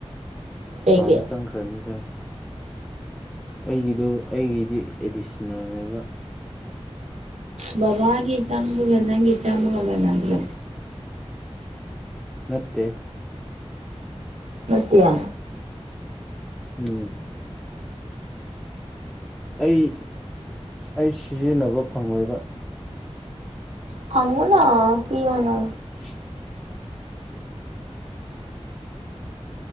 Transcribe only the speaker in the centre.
ꯀꯥꯎꯟꯗ ꯆꯪꯈ꯭ꯔꯅꯤꯗ ꯑꯩꯒꯤꯗꯣ ꯑꯩꯒꯤꯗꯤ ꯑꯦꯗꯤꯁꯅꯦꯜꯅꯦꯕ
ꯅꯠꯇꯦ
ꯎꯝ ꯑꯩ ꯑꯩ ꯁꯤꯖꯤꯟꯅꯕ ꯐꯪꯉꯣꯏꯕ
<inaudible>